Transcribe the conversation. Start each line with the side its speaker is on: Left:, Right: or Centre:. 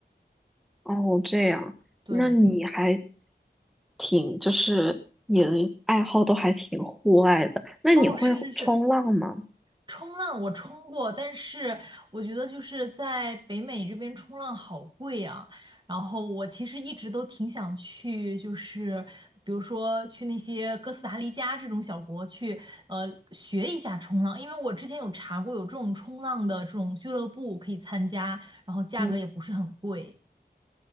Centre: 哦，这样，
Right: 对，
Centre: 那你还挺，就是你的爱好都还挺户外的，那你会冲浪吗？
Right: 哦，是是是，冲浪我冲过，但是我觉得就是在北美这边冲浪好贵啊。然后我其实一直都挺想去，就是比如说去那些哥斯达黎加这种小国去，呃，学一下冲浪，因为我之前有查过有这种冲浪的这种俱乐部可以参加，然后价格也不是很贵。
Centre: 嗯，